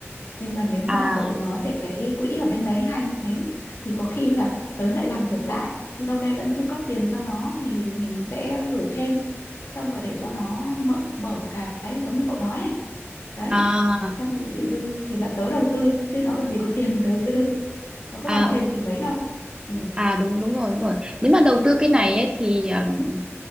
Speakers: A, on the left; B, on the right.
A: nhưng mà nếu
B: à
A: mà cậu nói về cái quỹ ở bên đấy hay như thế thì có khi là tớ lại làm ngược lại lâu nay vẫn chu cấp tiền cho nó thì mình sẽ gửi thêm xong rồi để cho nó mở mở cái giống như cậu nói ấy. đấy
B: à
A: xong rồi gửi dư thì là tớ đầu tư chứ nó làm gì có tiền mà đầu tư nó có làm
B: à
A: thêm
B: ô-
A: gì mấy đâu ừ
B: à đúng đúng rồi đúng rồi nếu mà đầu tư cái này ấy thì ừm,